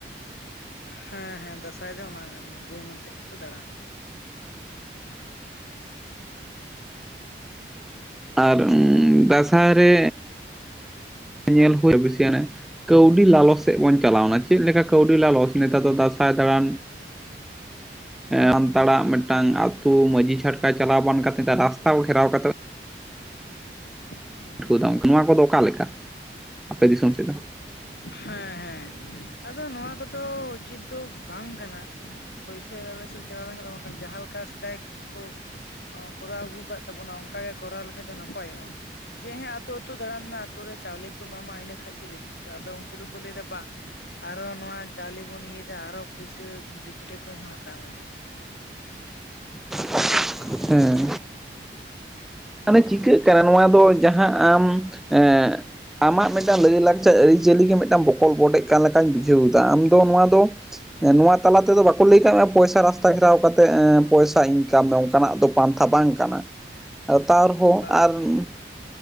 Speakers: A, on the left; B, in the centre.
A: ᱦᱮᱸ ᱦᱮᱸ ᱫᱟᱸᱥᱟᱭ ᱫᱚ ᱚᱱᱟ ᱠᱟᱱ ᱜᱮᱭᱟ ᱵᱷᱩᱭᱟᱹᱝ ᱟᱛᱮᱜ ᱜᱮᱠᱚ ᱫᱟᱬᱟᱱᱟ᱾
B: ᱟᱨ ᱩᱸ ᱫᱟᱸᱥᱟᱭ ᱨᱮ ᱧᱮᱞ ᱦᱳᱭ ᱵᱮᱥᱤ ᱟᱱᱮ ᱠᱟᱹᱣᱰᱤ ᱞᱟᱞᱚᱪ ᱥᱮᱫ ᱵᱚᱱ ᱪᱟᱞᱟᱣᱱᱟ ᱪᱮᱫ ᱞᱮᱠᱟ ᱠᱟᱹᱣᱰᱤ ᱞᱟᱞᱚᱪ ᱱᱮᱛᱟᱨ ᱫᱚ ᱫᱟᱸᱥᱟᱭ ᱫᱟᱬᱟᱱ ᱥᱟᱱᱛᱟᱲᱟᱜ ᱢᱤᱫᱴᱟᱝ ᱟᱛᱩ ᱢᱟᱺᱡᱷᱤ ᱡᱷᱟᱴᱠᱟ ᱪᱟᱞᱟᱣ ᱵᱟᱟᱱ ᱠᱟᱛᱮ ᱨᱟᱥᱛᱟ ᱠᱚ ᱜᱷᱮᱨᱟᱣ ᱠᱟᱛᱮᱜ
A: <unintelligible>
B: ᱯᱟᱹᱴᱷᱩᱣᱟᱹ ᱫᱟᱢ ᱱᱚᱣᱟ ᱠᱚᱫᱚ ᱚᱠᱟᱮᱠᱟ ᱟᱯᱮ ᱫᱤᱥᱚᱢ ᱥᱮᱫ ᱫᱚ?
A: ᱦᱮᱸ ᱦᱮᱸ ᱟᱫᱚ ᱱᱚᱣᱟ ᱠᱚᱫᱚ ᱩᱪᱤᱛ ᱫᱚ ᱵᱟᱝ ᱠᱟᱱᱟ᱾ ᱯᱩᱭᱥᱟᱹ ᱟᱞᱮ ᱥᱮᱫ ᱪᱟᱞᱟᱣ ᱞᱮᱱᱠᱷᱟᱱ ᱫᱚ ᱵᱟᱝᱠᱷᱟᱱ ᱡᱟᱦᱟᱸ ᱞᱮᱠᱟ ᱥᱮᱫᱟᱭ ᱠᱚ ᱠᱚᱨᱟᱣ ᱟᱹᱜᱩ ᱟᱠᱟᱜᱟ ᱛᱟᱵᱚᱱᱟ ᱚᱱᱠᱟᱜᱮ ᱠᱚᱨᱟᱣ ᱞᱮᱠᱷᱟᱡ ᱫᱚ ᱱᱟᱯᱟᱭᱚᱜᱼᱟ- ᱡᱮ ᱦᱮᱸ ᱟᱛᱳ ᱟᱹᱛᱳ ᱫᱟᱬᱟᱱ ᱢᱮ ᱟᱛᱳ ᱨᱮ ᱪᱟᱣᱞᱮ ᱠᱚ ᱮᱢᱟᱢᱟ ᱤᱱᱟᱹ ᱠᱷᱟᱱ ᱜᱮ ᱡᱚᱛᱷᱮᱥᱴᱚ᱾ ᱟᱫᱚ ᱩᱱᱠᱩ ᱫᱚᱠᱚ ᱞᱟᱭᱫᱚ ᱵᱟᱝ ᱟᱨᱚ ᱱᱚᱣᱟ ᱪᱟᱣᱞᱣ ᱵᱚᱱ ᱤᱭᱟᱹᱭᱮᱫᱟ ᱟᱨᱚ ᱯᱩᱭᱥᱟᱹ ᱫᱤᱠᱩ ᱴᱷᱮᱱ ᱠᱷᱚᱱᱦᱚ ᱦᱟᱛᱟᱣ ᱢᱮ ᱫᱮᱱ᱾
B: <unintelligible> ᱦᱮᱸ᱾ ᱢᱟᱱᱮ ᱪᱤᱠᱟᱹᱜ ᱠᱟᱱᱟ ᱱᱚᱣᱟ ᱫᱚ ᱡᱟᱦᱟᱸ ᱟᱢ ᱮᱸ ᱟᱢᱟᱜ ᱢᱤᱫᱴᱟᱱ ᱞᱟᱹᱭᱼᱞᱟᱠᱪᱟᱨ ᱟᱹᱨᱤᱪᱟᱹᱞᱤ ᱜᱮ ᱢᱤᱫᱴᱟᱝ ᱵᱚᱠᱚᱞ ᱵᱚᱰᱮᱡ ᱠᱟᱱ ᱞᱮᱠᱟᱧ ᱵᱩᱡᱷᱟᱹᱣ ᱫᱟ ᱟᱢ ᱫᱚ ᱱᱚᱣᱟ ᱫᱚ ᱱᱚᱣᱟ ᱛᱟᱞᱟ ᱛᱮᱫᱚ ᱵᱟᱠᱚ ᱞᱟᱹᱭ ᱠᱟᱜ ᱢᱮ ᱯᱚᱭᱥᱟ ᱨᱟᱥᱛᱟ ᱜᱷᱮᱨᱟᱣ ᱠᱟᱛᱮᱜ ᱯᱚᱭᱥᱟ ᱤᱱᱠᱟᱢ ᱢᱮ ᱚᱱᱠᱟᱱᱟᱜ ᱫᱚ ᱯᱟᱱᱛᱷᱟ ᱵᱟᱝ ᱠᱟᱱᱟ ᱟᱫᱚ ᱛᱟᱣ ᱨᱮᱦᱚᱸ
A: ᱵᱟᱝ
B: ᱟᱨ
A: ᱠᱟᱱᱟ
B: ᱩᱸ